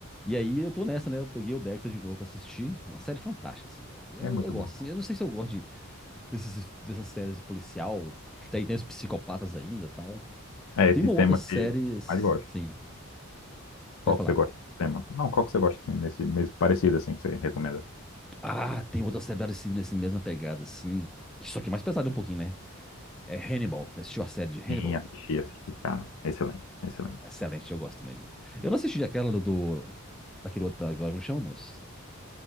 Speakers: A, in the centre; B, on the left (about 70°).
A: E aí eu tô nessa, né? Eu peguei o Dexter de novo pra assistir. É Uma série fantástica, assim, velho. Eu,
B: É muito
A: eu gosto,
B: bom.
A: assim. Eu não sei se eu gosto de, desses- dessas séries de policial. Tem, tem os psicopatas ainda e tal.
B: É esse
A: Tem uma
B: tema
A: outra série,
B: que eu
A: sim.
B: mais gosto. Qual
A: Pode
B: que
A: falar.
B: você gosta desse tema? Não, qual que você gosta, assim, desse mesmo parecido, assim, que você recomenda?
A: Ah, tem outra série parecida nessa mesma pegada, sim. Só que mais pesada um pouquinho, né? É Hannibal. Assistiu a série de Hannibal?
B: Em assistir, assistir. Cara, excelente, excelente.
A: Excelente, eu gosto mesmo. Eu não assisti aquela do. do- Daquele outro agora, como chama, moço?